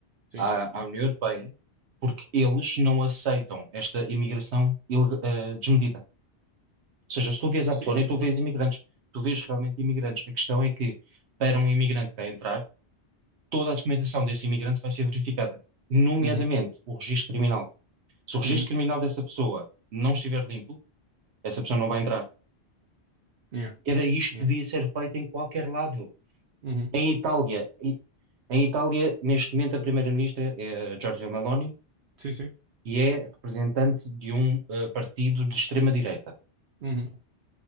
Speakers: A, on the right (about 60°); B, on the right (about 75°).
A: sim.
B: à, à União Europeia, porque eles não aceitam esta imigração ileg- eh, desmedida. Ou seja, se tu vês à
A: Sim,
B: Polónia,
A: sim, sim,
B: tu vês
A: sim.
B: imigrantes, tu vês realmente imigrantes. A questão é que, para um imigrante para entrar, toda a documentação desse imigrante vai ser verificada, nomeadamente
A: Uhum,
B: o registro criminal. Se o registro
A: uhum,
B: criminal dessa pessoa não estiver limpo, essa pessoa não vai entrar.
A: yeah,
B: Era isto
A: yeah.
B: que devia ser feito em qualquer lado.
A: Uhum,
B: Em Itália, em em Itália, neste momento, a primeira-ministra é a Giorgia Meloni,
A: sim, sim.
B: e é representante de um eh, partido de extrema-direita.
A: Uhum,